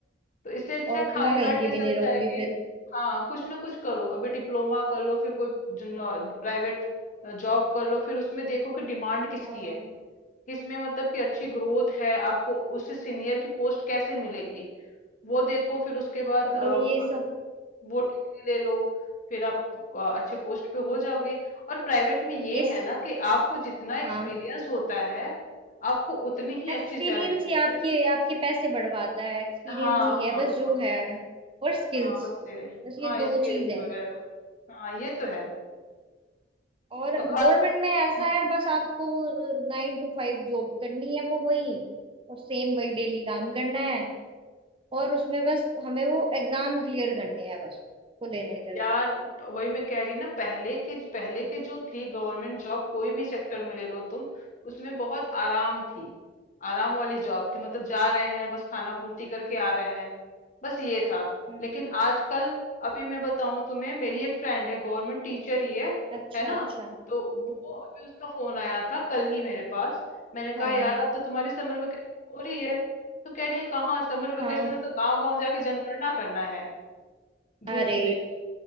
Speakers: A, on the left; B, on the right.
A: तो इससे अच्छा
B: और
A: है खाली
B: मैं कहीं
A: बैठने
B: की
A: से
B: भी नहीं
A: अच्छा
B: रहूंगी
A: है कि
B: फिर
A: हाँ कुछ ना कुछ करो अभी डिप्लोमा कर लो फिर कोई प्राइवेट जॉब कर लो फिर उसमें देखो कि डिमांड किसकी
B: हाँ
A: है किसमें मतलब कि अच्छी ग्रोथ है आपको उससे सीनियर की पोस्ट कैसे मिलेगी वो देखो फिर उसके बाद
B: चलो
A: अ,
B: ये
A: वो
B: सब
A: वो डिग्री ले लो फिर आप अ, अच्छे पोस्ट पे हो जाओगे और प्राइवेट में ये
B: ये स...
A: है ना कि आपको जितना एक्सपीरियंस
B: हाँ
A: होता है आपको उतनी ही
B: एक्सपीरियंस
A: अच्छी सैलरी देते
B: ही आपके
A: हैं
B: आपके पैसे बढ़वाता है एक्सपीरियंस
A: हाँ
B: ही है
A: हाँ
B: बस जो
A: हाँ
B: है और स्किल्स
A: हाँ बस ये
B: बस ये
A: हाँ
B: दो
A: स्किल्स
B: चीज है
A: वगैरह हाँ ये तो है
B: और
A: तो घर
B: गवर्नमेंट में ऐसा
A: हम्म,
B: है बस आपको वो नाइन टू फाइव जॉब करनी है वो वही और सेम वही डेली काम करना है और उसमें बस हमें वो एग्जाम क्लियर करने हैं बस को लेने के
A: यार
B: लिए
A: प- वही मैं कह रही ना पहले की पहले के जो थी गवर्नमेंट जॉब कोई भी सेक्टर में ले लो तुम उसमें बहुत आराम थी आराम वाली जॉब थी मतलब जा रहे हैं बस खाना पूर्ति करके आ रहे हैं बस ये था
B: हम्म
A: लेकिन आजकल अभी मैं बताऊं तुम्हें मेरी एक फ्रेंड है गवर्नमेंट टीचर ही है
B: अच्छा
A: है ना
B: अच्छा
A: तो वो अभी उसका फोन आया था कल ही मेरे पास मैंने कहा
B: हाँ
A: यार अब तो तुम्हारी समर वेकेशन हो रही है तो कह रही है कहाँ समर वेकेशन
B: हाँ
A: में तो गांव गांव जाके जनगणना करना है धूप
B: अरे
A: में